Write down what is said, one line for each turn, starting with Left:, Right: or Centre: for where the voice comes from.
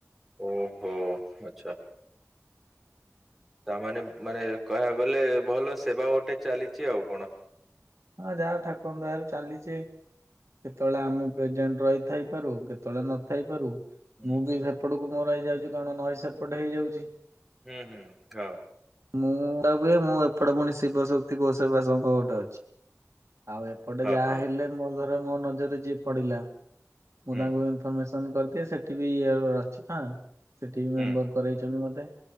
Centre: ଓହୋ, ଆଚ୍ଛା। ତାମାନେ ମାନେ କହିବାକୁ ଗଲେ ଭଲ ସେବା ଗୋଟେ ଚାଲିଚି ଆଉ କଣ?
Right: ହଁ ଯାହା ଠାକୁାରଙ୍କ ଦୟା ରୁ ଚାଲିଚି। କେତେବେଳେ ଆମେ ପ୍ରେଜେଣ୍ଟ ରହିଥଇ ପାରୁ କେତେବେଳେ ନଥାଇ ପାରୁ --
Centre: ହୁଁ
Right: ମୁଁ ବି ସେପଟକୁ ମର ହେଇ ଯାଉଚି କାରଣ ନଈ ସେପଟ ହେଇଯାଉଚି।
Centre: ହୁଁ ହୁଁ, ହଁ
Right: ମୁଁ ଗଟା କୁହେ ମୁଁ ଏପଟେ ପୁଣି ଶିବ ଶକ୍ତି କୋସବା ଶଙ୍ଖ ଗୋଟେ ଅଛି। ଆଉ ଏପଟେ ଯାହା
Centre: ହଁ ହଁ
Right: ହେଲେ ମୋର ଧର ମୋ ନଜରରେ ଯିଏ ପଡିଲା ମୁଁ
Centre: ହୁଁ
Right: ତାଙ୍କୁ ଇନ୍‌ପର ମେସ କରିଦିଏ। ସେଠି ବି ଇ ଅଛି କ ସେଠି ବି
Centre: ହୁଁ
Right: ମେମ୍ବର କରେଇଚନ୍ତି ମତେ।